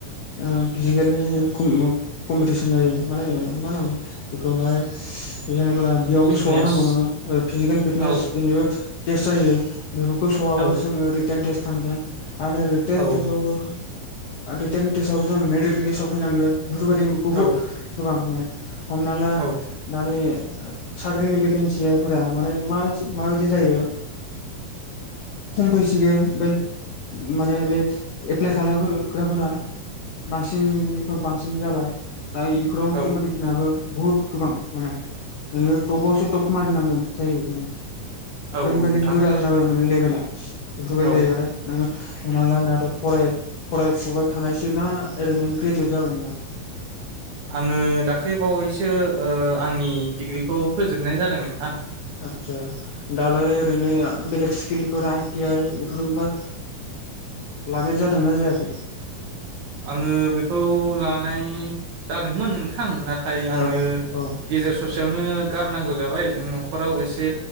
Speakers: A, on the left; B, on the right.
A: ओ फिजिकेलनि कम कम्पेटिसन जायो माने मा होनो बेखौहाय जेनेब्ला बेयावबो
B: फिटनेस
A: सौहानांगौ नोङो फिजिकेल फिटनेस
B: औ
A: बेनिबो गेस जायो। बेफोरखौ सौहाबा
B: औ
A: जोंङो रिटेन थेस थांगोन। आरो रिटन
B: औ
A: टेस आवबो आ रिटेन टेस आव जों मेरिड लिसाव फैनांगोन। बेफोरबायदिखौ
B: औ
A: बुहुम गोबां माने हमना ला
B: औ
A: माने साख्रिनि भेकेन्सिफोरा माने म माबायदि जायो खम फैसिगोन बमफ्राय माने बे एप्लाइ खालामग्राफोरा बांसिननिफ्राय बांसिन जाबाय दा इफोराव
B: औ
A: कम्पिटिसनाबो बहुत गोबां माने नोङो थ' बासो टप मारिनांगोन जायो माने
B: औ
A: आरैबायदि
B: नोंथां
A: गोरा जाबाय मा नों लेबेला। <unintelligible>
B: औ
A: जायो आरो नोङो। हमना ला दाथ' फराय फरायफुबाय थानायसो ना ओरैनो ग्रेजुयेट जाबाय नोङो
B: आङो दाख्लै बावैसो ओ आंनि डिग्रिखौ फोजोबनाय जादों नोंथां
A: आतसा दालाय ओरैनो आ बेलेग स्किलफोर आइ टि आइ इफोरबा लानाय जादोंना जायाखै
B: आङो बेखौ ला नाय जादोंमोन नोंथां ना थाय आङो
A: औ औ
B: गेजेर ससेयावनो गारनांगौ जाबाय न'खराव एसे